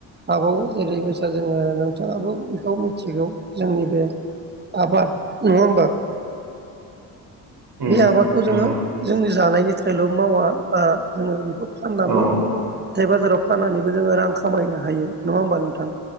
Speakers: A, on the right (about 20°); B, on the right (about 55°).
A: हाबावो जेरै बायसा जोंङो नोंथाङाबो बेखौ थिगौ जोंनि बे आबाद नङा होनबा?
B: उम
A: बे आबादखौ
B: नंगौ
A: जोंङो जोंनि जानायनि थाखायल' मावा जोंङो बेखौ। फाननाबो
B: औ
A: हाथाय बाजाराव फाननानैबो जोङो रां खामायनो हायो नङा होमबा नोंथां।